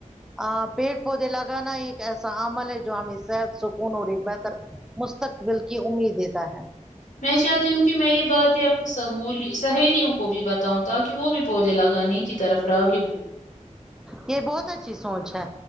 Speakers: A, in the centre; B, on the left (about 65°).
A: آ پیڑ پودے لگانا ایک ایسا عمل ہے جو ہمیں صحت سکون اور ایک بہتر مستقبل کی امید دیتا ہے
B: میں چاہتی ہوں کہ میں یہ باتیں اپنی سہول سہیلیوں کو بھی بتاؤں تاکہ وہ بھی پودے لگانے کی طرف راغب ہو
A: یہ بہت اچھی سوچ ہے